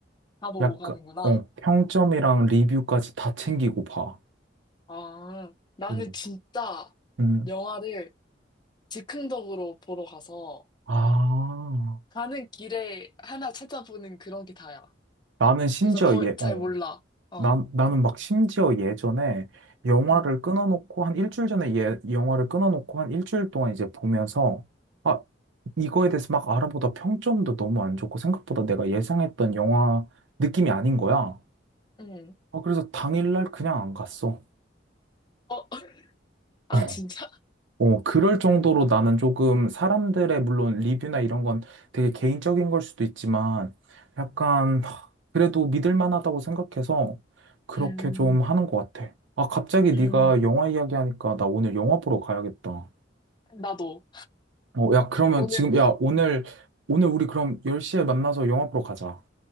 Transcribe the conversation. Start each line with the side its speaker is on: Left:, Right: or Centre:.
Left: 다 보고
Right: 약간,
Left: 가는구나.
Right: 어, 평점이랑 리뷰까지 다 챙기고 봐.
Left: 아, 나는
Right: 음.
Left: 진짜
Right: 음,
Left: 영화를 즉흥적으로 보러 가서
Right: 아,
Left: 가는 길에 하나 찾아보는 그런 게 다야.
Right: 나는 심지어
Left: 그래서 거의
Right: 예,
Left: 잘
Right: 어.
Left: 몰라. 어,
Right: 난, 나는 막 심지어 예전에 영화를
Left: 응,
Right: 끊어놓고 한 일주일 전에 예, 영화를 끊어놓고 한 일주일 동안 이제 보면서 아, 이거에 대해서 막 알아보다 평점도 너무 안 좋고 생각보다 내가 예상했던 영화 느낌이 아닌 거야.
Left: 응.
Right: 아, 그래서 당일날 그냥 안 갔어.
Left: 어, <laughs> 아,
Right: <laughs>
Left: 진짜?
Right: 어, 그럴 정도로 나는 조금 사람들의 물론 리뷰나 이런 건 되게 개인적인 걸 수도 있지만 약간 하, 그래도 믿을 만하다고 생각해서 그렇게
Left: 음,
Right: 좀 하는 것 같아. 아, 갑자기
Left: 음,
Right: 네가 영화 이야기하니까 나 오늘 영화 보러 가야겠다.
Left: 나도.
Right: 어, 야, 그러면
Left: 오늘,
Right: 지금 야, 오늘 오늘 우리 그럼 10시에 만나서 영화 보러 가자.